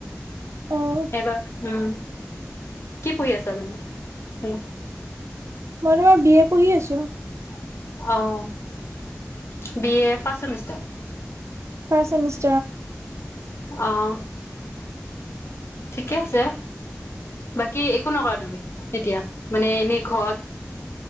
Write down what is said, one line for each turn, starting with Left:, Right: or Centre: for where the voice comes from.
Right: অ মই
Left: এইবাৰ উম কি পঢ়িহি আছা তুমি উম।
Right: মই তোমাৰ বি এ পঢ়ি আছোঁ।
Left: অঁ বি এ ফাৰ্ষ্ট চেমিষ্টাৰ।
Right: পাৰ্চ ত।
Left: আহ ঠিকে আছে। বাকী একো নকৰা তুমি এতিয়া মানে এনেই ঘৰত।